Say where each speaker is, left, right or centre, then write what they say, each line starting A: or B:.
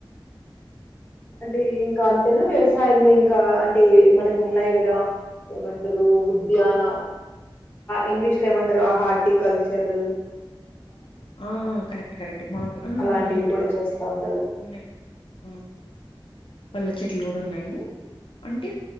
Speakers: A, on the left (about 25°); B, on the left (about 75°).
A: అంటే ఇంకా అంతేనా వ్యవసాయంలో ఇంకా అంటే మనకు ఉన్నాయి కదా ఏమంట్రు ఉద్యాన ఇంగ్లీష్ లో ఏమంట్రు హార్టి కల్చర్
B: ఆ కరెక్ట్ కరెక్ట్ మాక్ ఆ
A: అలాంటివి
B: ఉన్నాయండి
A: కూడా
B: మాది
A: చేస్తా ఉంటారు
B: ఉన్నాయి హ్మ్ పండ్ల చెట్లు గుడా ఉన్నాయి అంటే